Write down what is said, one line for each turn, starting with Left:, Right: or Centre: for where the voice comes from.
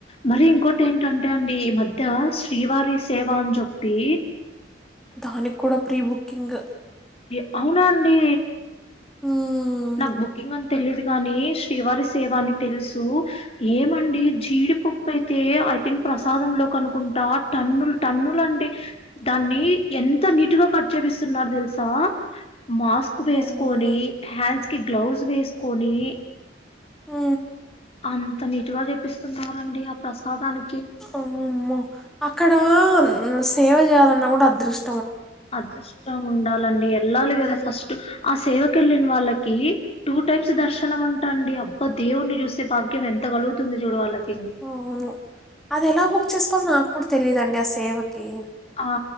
Left: మరి ఇంకోటి ఏంటంటే అండి ఈ మధ్య శ్రీవారి సేవా అని చెప్పి
Centre: దానికి కూడా ప్రీబుక్కింగ్
Left: ఎ అవునా ఆండీ
Centre: హ్మ్
Left: నాక్ బుకింగ్ ఆన్ తెలీదు కాని శ్రీవారి సేవ అని తెలుసు ఏమండి జీడిపప్పు అయితే ఐ థింక్ ప్రసాదం లో కనుకుంటా టన్నులు టన్నులు అండి దాన్ని ఎంత నీటుగా కట్ చేపిస్తున్నారు తెలుసా మాస్క్ వేసుకొని
Centre: అమ్మో
Left: హ్యా కి గ్లౌజ్ వేసుకొని
Centre: ఆ
Left: అం <unintelligible> నీటుగా చెపిస్తున్నరండి ఆ ప్రసాదాని
Centre: అమ్మమ్మో అక్కడా సేవ చేయాలన్నా కూడా అదృష్
Left: అదృష్టం ఉండాలండి ఎల్లాలి
Centre: హ్మ్
Left: కదా ఫస్ట్ ఆ సేవకు వెళ్ళిన వాళ్ళకి టూ టైమ్స్ దర్శనం అంట అండి అబ్బా దేవుణ్ణి చూసే భాగ్యం ఎంత కలుగుతుంది చూడు వాళ్ళక్
Centre: అవును అది ఎలా బుక్ చేసుకోవాలో నాకు కూడా తెలిదు దన సేవకి
Left: ఆ